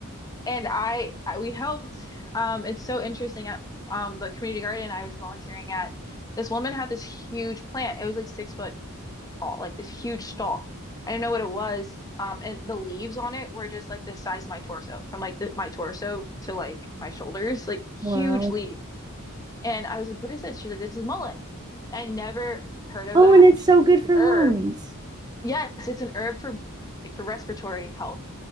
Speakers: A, on the left; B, on the right.
A: and I, I we helped. Um, it's so interesting at um the community garden I was volunteering at. This woman had this huge plant. It was like six foot tall, like this huge stalk. I didn't know what it was. Um, and the leaves on it were just like the size of my torso, from like the, my torso to like my shoulders, like huge
B: Wow.
A: leaves. And I was like, what is this? She's like, this is mullein. And I never heard of
B: Oh,
A: that.
B: and it's
A: And she's
B: so
A: like, it's
B: good
A: an
B: for
A: herb.
B: lungs.
A: Yes, it's an herb for like for respiratory health.